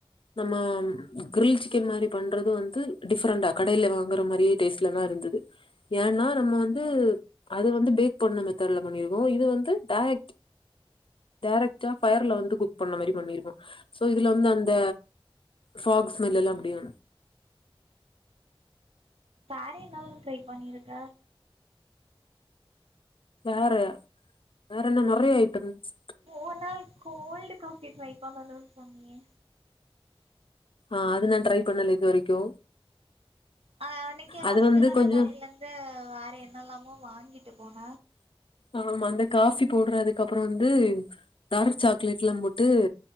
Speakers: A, on the left (about 65°); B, on the right (about 80°).
A: நம்ம கிரில் சிக்கன் மாரி பண்றது வந்து டிஃப்ரெண்ட்டா கடையில வாங்கற மாரியே டேஸ்ட்லதா இருந்தது ஏனா நம்ம. வந்து. வந்து பேக் பண்ண மெத்தட்ல பண்ணிருக்கோ இது வந்து டேரக்ட் டேரக்ட்டா ஃபயர்ல வந்து குக் பண்ண மாரி பண்ணிருக்கோ சோ இதுல வந்து அந்த ஃபாக்ஸ் ஸ்மெல் எல்லா அப்டியே
B: வேற என்னல்லா ட்ரை பண்ணிருக்க.
A: வேற வேற என்ன நெறயா அயிட்டம்ஸ்.
B: ஓனா கோல்டு காஃபி ட்ரை பண்ணணுனு சொன்னிய.
A: ஆஹ அது நான் ட்ரை பண்ணல இது வரைக்கு.
B: அ அன்னைக்கு
A: அது
B: அதுக்குதான
A: வந்து கொஞ்சோ
B: கடைல இருந்து வேற என்ன எல்லாமோ வாங்கி. ட்டு போன.
A: ஆமா அந்த காஃபி பவுடர் அதுக்கு அப்புறம் வந்து டார்க் சாக்லேட் எல்லாம் போட்டு.